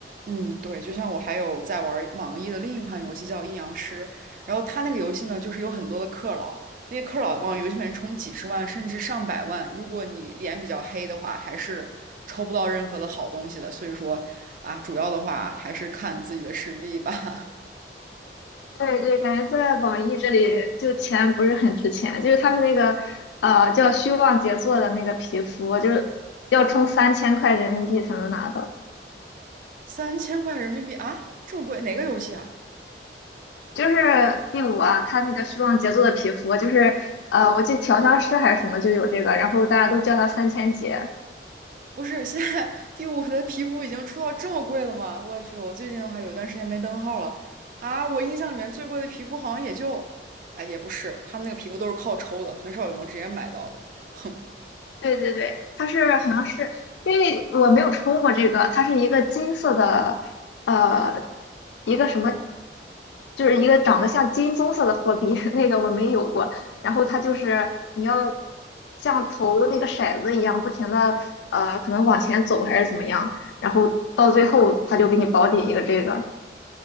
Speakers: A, on the right; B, on the left.
A: 嗯，对，就像我还有在玩网易的另一款游戏叫《阴阳师》，然后它那个游戏呢，就是有很多的氪佬，那些氪佬往游戏里面充几十万甚至上百万，如果你脸比较黑的话，还是抽不到任何的好东西的。所以说啊，主要的话还是看自己的实力吧。
B: 对对，感觉在网易这里就钱不是很值钱，就是他们那个呃叫虚妄杰作的那个皮肤，就是要充三千块人民币才能拿到。
A: <laughs> 三千块人民币啊，这么贵，哪个游戏啊？
B: 就是第五啊，他那个虚妄杰作的皮肤，就是呃我记得调香师还是什么就有这个，然后大家都叫他三千杰。
A: 不是，现在第五的皮肤已经出到这么贵了吗？我去，我最近的话有段时间没登号了啊！我印象里面最贵的皮肤好像也就，哎，也不是，他们那个皮肤都是靠抽的，很少有能直接买到的。<laughs> 哼。
B: 对对对，它是好像是因为我没有抽过这个，它是一个金色的，呃，一个什么，就是一个长得像金棕色的货币，<laughs> 那个我没有过。然后它就是你要像投那个骰子一样，不停的呃，可能往前走还是怎么样，然后到最后它就给你保底一个这个。